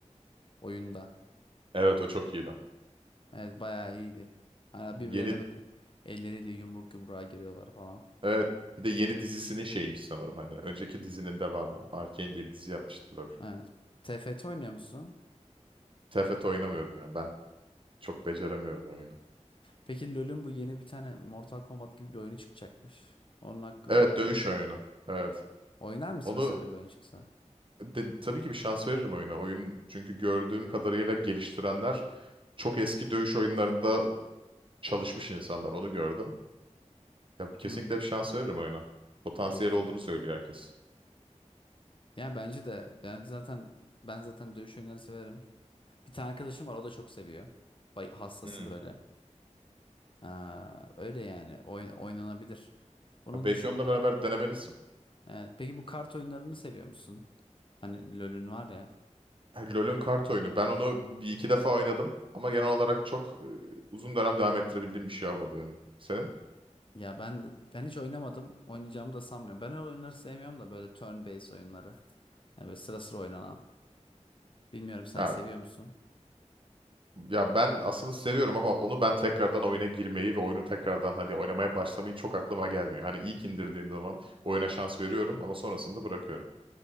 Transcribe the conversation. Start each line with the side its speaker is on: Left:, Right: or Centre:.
Left: oyunda.
Right: Evet o çok iyiydi.
Left: Evet bayağı iyiydi. Hani birbirlerine
Right: Yeni
Left: böyle elleriyle yumruk yumruğa giriyorlar falan.
Right: evet bir de yeni dizisinin şeymiş sanırım hani önceki dizinin devamı. Arcane diye bir dizi yapmıştı LoL.
Left: Evet. TFT oynuyor musun?
Right: TFT oynamıyorum ya. Ben çok beceremiyorum o oyunu.
Left: Peki LoL'ün bu yeni bir tane Mortal Kombat gibi bir oyunu çıkacakmış. Onun hakkında
Right: Evet dövüş oyunu. Evet.
Left: oynar mısın
Right: Onu
Left: mesela öyle bir oyun çıksa?
Right: de- tabii ki bir şans veririm oyuna. Oyun çünkü gördüğüm kadarıyla geliştirenler çok eski dövüş oyunlarında çalışmış insanlar. Onu gördüm. Ya kesinlikle
Left: Hmm,
Right: bir şans veririm oyuna. Potansiyel
Left: diyorsun.
Right: olduğunu söylüyor herkes.
Left: Ya bence de ben zaten ben zaten dövüş oyunlarını severim. Bir tane arkadaşım var o da çok seviyor. Bay- Hastası
Right: Hmm.
Left: böyle. Aa, öyle yani oyun oynanabilir. Bunun
Right: Ya belki
Left: dışında
Right: onunla beraber denemelisin.
Left: e, peki bu kart oyunlarını seviyor musun? Hani LoL'ün var ya.
Right: Ha, LoL'ün kart oyunu. Ben onu bir iki defa oynadım. Ama genel olarak çok e, uzun dönem devam ettirebildiğim bir şey olmadı benim. Senin?
Left: Ya ben ben hiç oynamadım. Oynayacağımı da sanmıyorum. Ben öyle oyunları sevmiyorum da böyle turn-based oyunları. Hani böyle sıra sıra oynanan. Bilmiyorum sen
Right: Ya,
Left: seviyor musun?
Right: ya ben aslında seviyorum ama onu ben tekrardan oyuna girmeyi ve oyunu tekrardan hani oynamaya başlamayı çok aklıma gelmiyor. Hani ilk indirdiğim zaman oyuna şans veriyorum ama sonrasında bırakıyorum.